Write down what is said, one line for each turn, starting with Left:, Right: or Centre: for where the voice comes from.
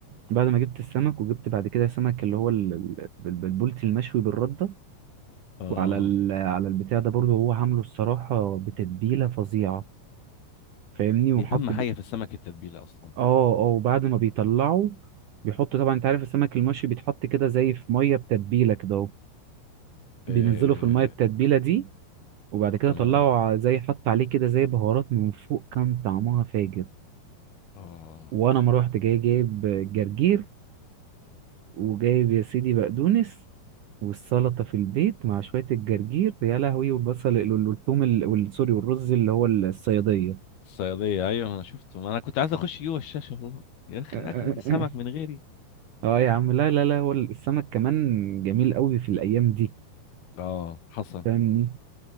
Right: بعد ما جبت السمك وجبت بعد كده سمك اللي هو ال... ال- بال- بالبولتي المشوي بالرده
Left: اه
Right: وعلى ال... على البتاع ده برضو هو عامله الصراحه بتتبيله فظيعه فاهمني وحط
Left: هي اهم حاجه في السمك التتبيله اصلا
Right: اه اه وبعد ما بيطلعوا بيحطوا طبعا انت عارف السمك المشوي بيتحط كده زي في ميه بتتبيله كده اهو
Left: إيه.
Right: بينزلوا في الميه التتبيله دي وبعد كده
Left: تمام
Right: طلعوا ع- زي حط عليه كده زي بهارات من فوق كان طعمها فاجر
Left: اه
Right: وانا ما روحت جاي جايب جرجير وجايب يا سيدي بقدونس والسلطه في البيت مع شويه الجرجير يا لهوي والبصل ال- والثوم ال- وال- سوري والرز اللي هو الصياديه
Left: الصياديه ايوه انا شفته ما انا كنت عايز اخش جوه الشاشه والله يا اخي
Right: <laughs>
Left: اكله السمك من غيري
Right: اه يا عم لا لا لا هو السمك كمان جميل قوي في الايام دي
Left: اه حصل
Right: فاهمني